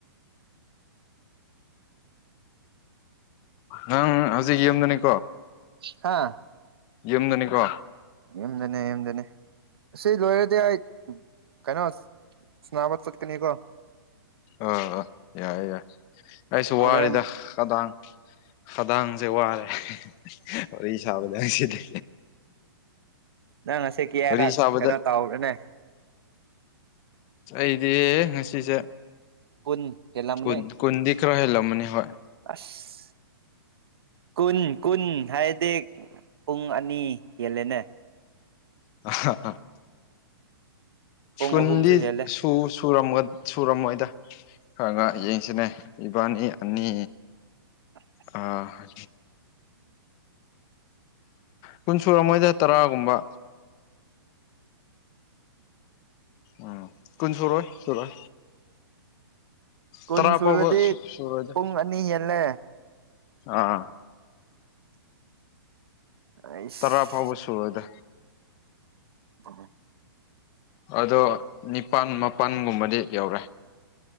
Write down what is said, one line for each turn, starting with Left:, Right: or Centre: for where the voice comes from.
Left: ꯑ ꯍꯧꯖꯤꯛ ꯌꯦꯗꯅꯤ
Right: ꯍꯥ
Left: ꯌꯨꯝꯗꯅꯤꯀꯣ
Right: ꯌꯦꯡꯗꯅꯦ ꯌꯦꯝꯗꯅꯦ ꯁꯤ ꯂꯣꯏꯔꯗꯤ ꯑꯩ ꯀꯩꯅꯣ ꯅꯥꯕ ꯆꯠꯀꯅꯤꯀꯣ
Left: ꯑ ꯑ ꯌꯥꯏꯦ ꯌꯥꯏ ꯑꯩꯁꯨ
Right: ꯍꯣꯔꯦꯟ
Left: ꯋꯥꯔꯤꯗ ꯀꯗꯥꯡ ꯈꯗꯥꯡꯁꯦ ꯋꯥꯔꯦ ꯋꯥꯔꯤ ꯁꯥꯕꯅꯦꯪ ꯁꯤꯗꯤ
Right: ꯅꯪ ꯉꯁꯤ ꯀꯌꯥꯔꯛ
Left: ꯑꯣꯏ ꯁꯕꯗ
Right: ꯀꯩꯅꯣ ꯇꯧꯕ꯭ꯔꯅꯦ
Left: ꯏꯗꯦ ꯉꯁꯤꯁꯦ
Right: ꯀꯣꯟ ꯀꯂ ꯃꯅꯦ
Left: ꯀꯨꯟ ꯀꯨꯟꯗꯤ ꯈꯔ ꯍꯦꯜꯂꯝꯃꯅꯤ ꯍꯣꯏ
Right: ꯑꯁ ꯀꯨꯟ ꯀꯨꯟ ꯍꯥꯏꯔꯗꯤ ꯄꯨꯡ ꯑꯅꯤ ꯌꯦꯜꯂꯦꯅꯦ
Left: ꯑ
Right: ꯄꯨꯡ
Left: ꯁꯨꯟꯗꯤ
Right: ꯑꯍꯨꯝꯁꯨ ꯍꯦꯜꯂꯦ
Left: ꯁꯨ ꯁꯨꯔꯝꯃꯣꯏꯗ ꯈ ꯉ ꯌꯦꯡꯁꯤꯅꯦ ꯏꯕꯥꯅꯤ ꯑꯅꯤ
Right: <inaudible>
Left: ꯑ ꯀꯨꯟ ꯁꯨꯔ ꯑꯃꯣꯏꯗ ꯇꯔꯥꯒꯨꯝꯕ ꯎꯝ ꯀꯨꯟ ꯁꯣꯏ ꯁꯣꯏ
Right: ꯀꯨꯟ
Left: ꯇꯔꯥꯄꯕ
Right: ꯁꯨꯔꯗꯤ
Left: ꯁꯨꯔꯗ
Right: ꯄꯨꯡ ꯑꯅꯤ ꯍꯦꯜꯂꯦ
Left: ꯑꯥ
Right: ꯑꯩꯁ
Left: ꯇꯔꯥ ꯐꯥꯎꯕ ꯁꯨ ꯑꯣꯏꯗ
Right: ꯍꯣꯏ
Left: ꯑꯗꯣ ꯅꯤꯄꯥꯜ ꯃꯥꯄꯜꯒꯨꯝꯕꯗꯤ ꯌꯧꯔꯦ